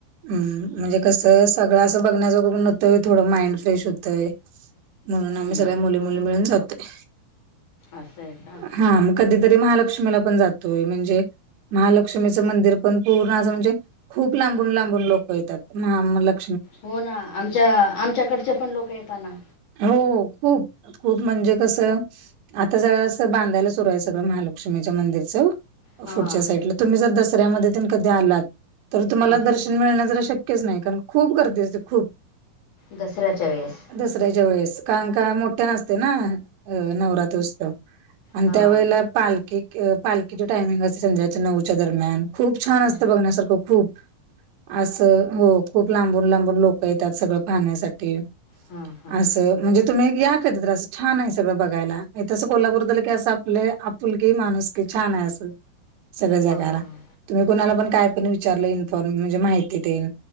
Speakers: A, on the right; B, on the left.
A: हम्मं म्हणजे कसं सगळं असं बघण्यांजोग पणं होतंय थोडं माइंड फ्रेश होतंय. म्हणूंन आम्हीं
B: हम्म
A: सगळ्यां मुली मुली मिळूंन जातोय.
B: असंय आहे कां
A: हां मंग कधीं तरी महालक्ष्मीला पण जातोय म्हणजे महालक्ष्मीचं मंदिर पण पूर्ण असं म्हणजे खूप लांबून लांबून लोकं येतात महामलक
B: हो ना आमच्या आमच्याकडचे पण लोक येताना
A: हो खूप खूप म्हणजे कसं आता जरास बांधायला सुरू आय तर महालक्ष्मीच्या मंदिरच
B: हां
A: पुढच्या साईडला तुम्ही जर दसऱ्यामध्ये तेनं कधी आलात तर तुम्हाला
B: हां
A: दर्शन मिळण जरा शक्यच नाय कारण खूप गर्दी असते खूप
B: दसऱ्याच्या वेळेस.
A: दसऱ्याच्या वेळेस कारणं का मोठ्यान असते ना अ नवरात्रोत्सव. आणि
B: हां
A: त्यावेळेला पालखी पालखीची टायमिंग असते संध्याच्या नऊच्या दरम्यान. खूप छान
B: हां
A: असत बघण्यासारखं खूप असं हो खूप लांबून लांबून लोक येतात सगळं पाहण्यासाठी
B: हां हां
A: अस म्हणजे तुम्ही या कधीतरी अस छान हाय सगळ बघायला हित अस कोल्हापूरात आलं की असं आपलय आप पुलकि माणूसकी छान आय असं. सगळ जगायला
B: हां
A: तुम्ही कुणाला पण काय पण विचारलं इन्फॉर्म म्हणजे माहिती तेन